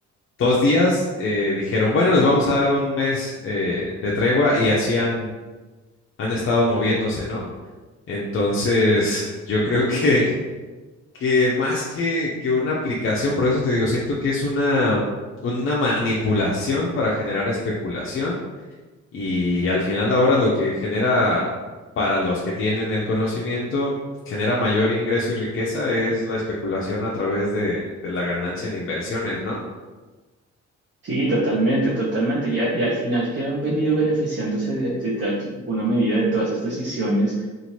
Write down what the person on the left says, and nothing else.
dos días, eh, dijeron, bueno, les vamos a dar un mes eh, de tregua y así han, han estado moviéndose, ¿no? Entonces, yo creo que, que más que, que una aplicación, por eso te digo, siento que es una, una manipulación para generar especulación y al final ahora lo que genera para los que tienen el conocimiento. genera mayor ingreso y riqueza es la especulación a través de, de la ganancia en inversiones, ¿no?